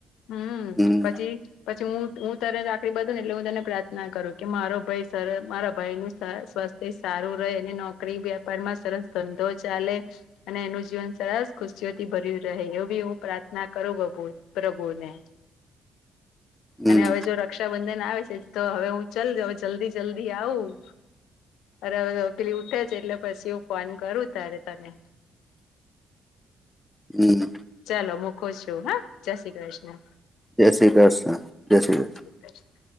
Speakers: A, on the left (about 85°); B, in the centre.
A: હું
B: હમ
A: જી પછી હું હું તને રાખડી બધું ને એટલે હું તને પ્રાર્થના કરું કે મારો ભાઈ સર મારા ભાઈ નો સવથ તે સારું રહે અને નોકરી વ્યાપાર માં સરસ ધંધો ચાલે અને એનું જીવન સરસ ખુશીઓથી ભર્યું રહે એવી હું પ્રાર્થના કરું પ્ર પ્રભુ ને.
B: હમ
A: અને હવે જો રક્ષાબંધન આવે છે તો હવે હું ચલજ હવે જલ્દી જલ્દી આવું. અરે હવે પેલી ઉઠે છે એટલે પછી હું ફોન કરું તારે તને
B: હમ્મ.
A: ચાલો મૂકો છું હા જય શ્રી કૃષ્ણ.
B: જય શ્રી કૃષ્ણ જય શ્રી કૃષ્ણ.
A: આ જો